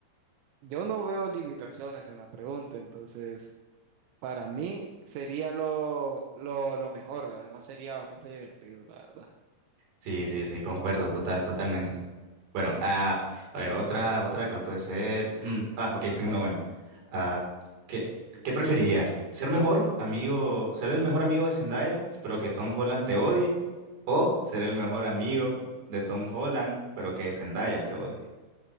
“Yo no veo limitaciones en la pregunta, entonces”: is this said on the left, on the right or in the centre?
Right